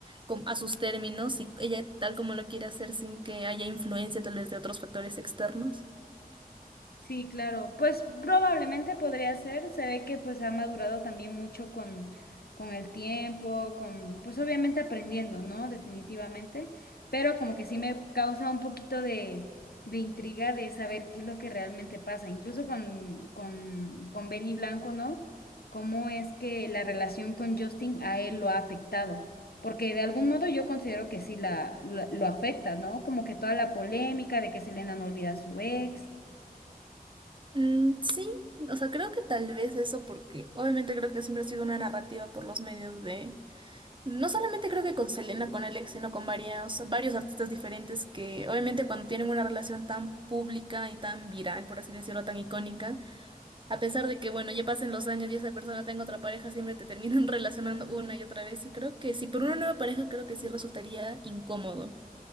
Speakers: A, on the right; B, on the left.
A: con- a sus términos y ella tal como lo quiere hacer sin que haya influencia tal vez de otros factores externos.
B: Sí, claro. Pues probablemente podría ser. Se ve que pues ha madurado también mucho con, con el tiempo, con, pues obviamente aprendiendo, ¿no? Definitivamente. Pero como que sí me causa un poquito de, de intriga de saber qué es lo que realmente pasa. Incluso con, con, con Benny Blanco, ¿no? Cómo es que la relación con Justin a él lo ha afectado. Porque de algún modo yo considero que sí la, la- lo afecta, ¿no? Como que toda la polémica de que Selena no olvida a su ex
A: Mm, sí, o sea, creo que tal vez eso porque obviamente creo que siempre ha sido una narrativa por los medios de, no solamente creo que con Selena, con Alex, sino con varios, varios artistas diferentes que obviamente cuando tienen una relación tan pública y tan viral, por así decirlo, tan icónica, a pesar de que, bueno, ya pasen los años y esa persona tenga otra pareja, siempre te terminan <laughs> relacionando una y otra vez y creo que si por una nueva pareja creo que sí resultaría incómodo.